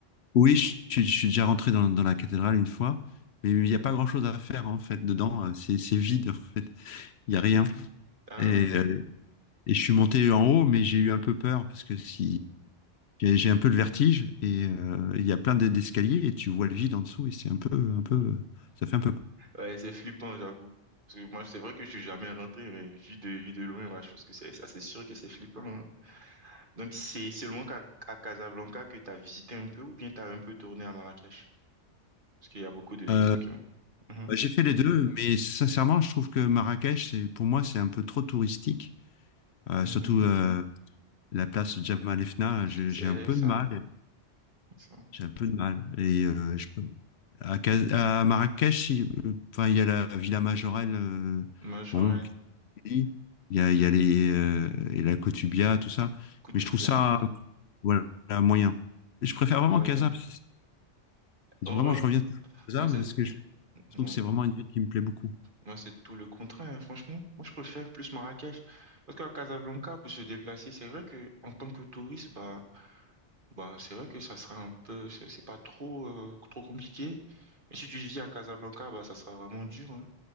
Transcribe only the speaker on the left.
Oui, je, suis je suis déjà rentré dans, dans la cathédrale une fois, mais il n'y a pas grand-chose à faire en fait dedans. euh, C'est c'est vide en fait, il n'y a rien.
Et, euh, et je suis monté en haut, mais j'ai eu un peu peur parce que si j'ai j'ai un peu le vertige et euh, il y a plein d'e- d'escaliers et tu vois le vide en dessous et c'est un peu un peu ça fait un peu peur.
Euh,
j'ai fait les deux, mais sincèrement, je trouve que Marrakech, c'est pour moi, c'est un peu trop touristique. Euh,
surtout euh, la place Jemaa el Fna, j'ai
j'ai un peu
de mal.
J'ai un peu de mal et euh, je À, Cas- à Marrakech, il, euh, enfin, il y a la Villa Majorelle, euh,
bon, qui est jolie. il y a, il y a les, euh, et la Kotubia, tout ça.
Mais je trouve ça, voilà, moyen. Et je préfère vraiment
Casa, parce que c'est-
vraiment,
je reviens toujours à Casa,
parce que je
trouve que c'est vraiment une ville qui me plaît beaucoup.